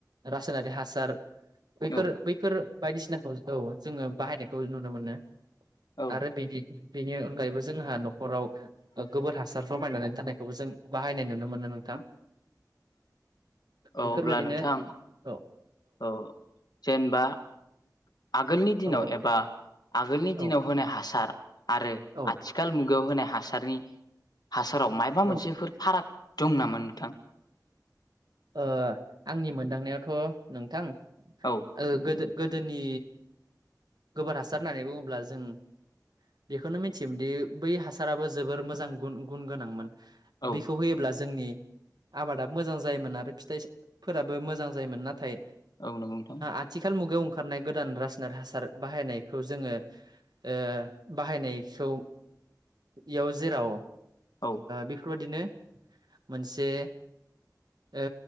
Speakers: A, on the right (about 70°); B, on the left (about 65°).
A: रासायनारि हासार बैफोर
B: औ
A: बैफोर बायदिसिनाखौ औ जोङो बाहायनायखौ नुनो मोनो।
B: औ
A: आरो बिदि बेनि अनगायैबो जोंहा न'खराव गोबोर हासार जमायनानै दोननायखौ जों बाहायनाय नुनो मोनो नोंथां
B: औ
A: बेफोरबायदिनो
B: अब्ला नोंथां
A: औ
B: औ जेनेबा आगोलनि दिनाव
A: औ
B: एबा आगोलनि दिनाव
A: औ
B: होनाय हासार आरो
A: औ
B: आथिखाल मुगायाव होनाय हासारनि हासाराव मायबा मोनसेफोर
A: औ ओ
B: फाराग दं नामा नोंथां
A: ओ आंनि मोनदांनायावथ' थ' नोंथां
B: औ
A: ओ गोदो गोदोनि गोबोर हासार होननानै बुङोब्ला जों बेखौनो मिथियोमोनदि बै हासाराबो जोबोर मोजां गुन गुन गोनांमोन
B: औ
A: बेखौ होयोब्ला जोंनि आबादा मोजां जायोमोन आरो फिथाइफोराबो मोजां जायोमोन नाथाय
B: औ नंगौ नोंथां
A: आथिखाल मुगायाव ओंखारनाय गोदान राज नारि हासार बाहायनायखौ जोङो ओ बाहायनायखौ इयाव जेराव ओ
B: औ
A: बेफोरबादिनो मोनसे ओ